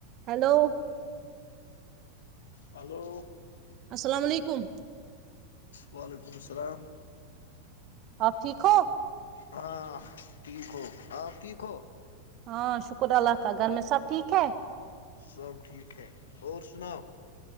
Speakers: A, on the right; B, on the left.
A: hello
B: hello
A: السلام علیکم
B: وعلیکم السلام
A: آپ ٹھیک ہو
B: ہاں ٹھیک ہو آپ ٹھیک ہو
A: ہاں شکر اللہ کا گھر میں سب ٹھیک ہے
B: سب ٹھیک ہے اور سناؤ